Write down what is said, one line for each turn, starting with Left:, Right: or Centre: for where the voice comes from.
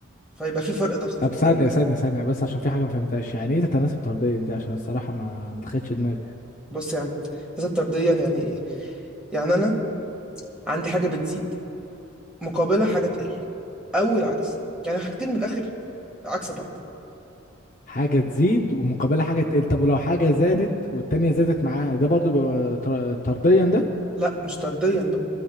Centre: فيبقى في فرق ضغط
Left: طب
Centre: فرق
Left: ثانيه ثانيه ثانيه بس عشان في حاجه ما فهمتهاش يعني ايه تتناسب طرديا دي عشان الصراحه ما ما دخلتش دماغي يعني
Centre: بص يا عم تناسب طرديا يعني ايه يعني انا عندي حاجه بتزيد مقابلها حاجة تقل أو العكس يعني حاجتين من الآخر عكس بعض
Left: حاجه تزيد ومقابلها حاجه تقل طب ولو حاجه زادت والتانيه زادت معاها ده برضو بيبقى طر- طرديا ده
Centre: لا مش طرديا بقى